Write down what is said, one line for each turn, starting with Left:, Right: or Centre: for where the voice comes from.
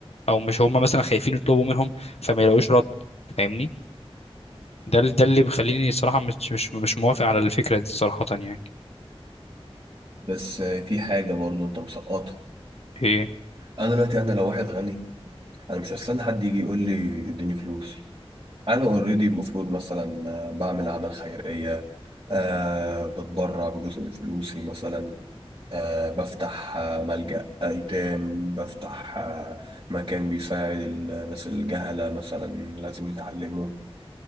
Left: او مش هم مثلا خايفين يطلبوا منهم فما يلاقوش رد فاهمني ده ال- ده اللي بيخليني صراحه مش مش مش موافق على الفكره دي صراحه يعني
Right: بس آه، في حاجة برضو انت مسقطها
Left: ايه
Right: انا دلوقتي انا لو واحد غني انا مش هستنى حد يجي يقول لي اديني فلوس انا اوريدي المفروض مثلا آه، بعمل اعمال خيرية أه بتبرع بجزء من فلوسي مثلا أه بفتح آه، ملجأ أيتام بفتح آه، مكان بيساعد الناس الجهلة مثلا لازم يتعلموا